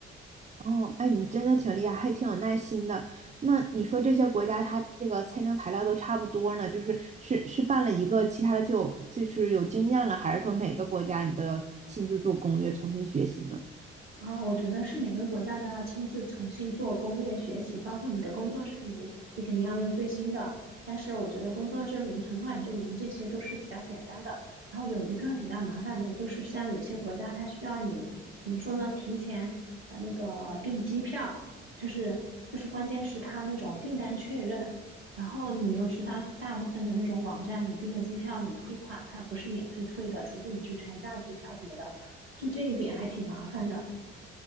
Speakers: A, on the right (about 25°); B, on the right (about 85°).
A: 哦，哎，你真的挺厉害，还挺有耐心的。那你说这些国家，它这个签证材料都差不多呢，就是是是办了一个，其他的就有就是有经验了，还是说每个国家你都要亲自做攻略，重新学习呢？
B: 啊，我觉得是每个国家都要亲自重新做攻略学习，包括你的工作证明，你肯定要用最新的。但是我觉得工作证明、存款证明这些都是比较简单的。然后有一个比较麻烦的，就是像有些国家它需要你怎么说呢？提前呃那个订机票，就是就是关键是它那种订单确认。然后你又知道大部分的那种网站，你订的机票你退款它不是免费退的，除非你是全价机票什么的。就这一点还挺麻烦的。